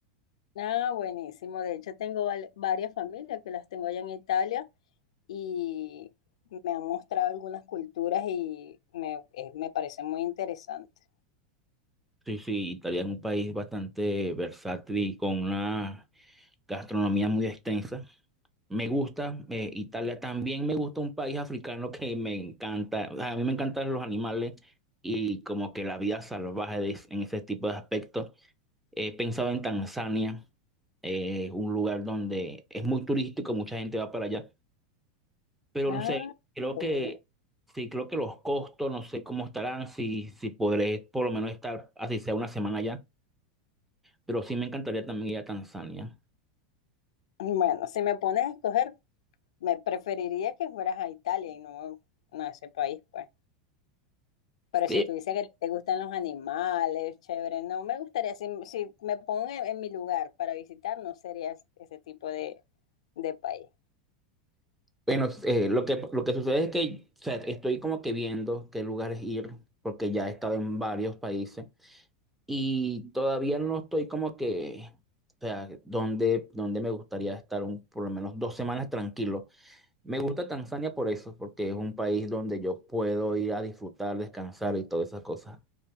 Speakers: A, on the left; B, in the centre.
A: nada, buenísimo. De hecho, tengo val- varias familias que las tengo allá en Italia y me han mostrado algunas culturas y me, eh, me parece muy interesante.
B: Sí, sí, Italia es un país bastante versátil y con una gastronomía muy extensa. Me gusta, eh, Italia también me gusta un país africano que me encanta. O sea, a mí me encantan los animales y como que la vida salvaje de es- en ese tipo de aspectos. He pensado en Tanzania, eh, un lugar donde es muy turístico, mucha gente va para allá, pero
A: Ah,
B: no sé, creo
A: pobre.
B: que sí, creo que los costos, no sé cómo estarán, si, si podré por lo menos estar así sea una semana allá, pero sí me encantaría también ir a Tanzania.
A: Bueno, si me pones a escoger, Me preferiría que fueras a Italia y no, no a ese país, pues. Pero
B: Sí,
A: si tú dices que te gustan los animales, chévere, no, me gustaría, si, si me pongo en, en mi lugar para visitar, no sería ese tipo de, de país.
B: Bueno, eh, lo que, lo que sucede es que o sea, estoy como que viendo qué lugares ir, porque ya he estado en varios países y todavía no estoy como que, o sea, donde, donde me gustaría estar un, por lo menos dos semanas tranquilo. Me gusta Tanzania por eso, porque es un país donde yo puedo ir a disfrutar, descansar y todas esas cosas.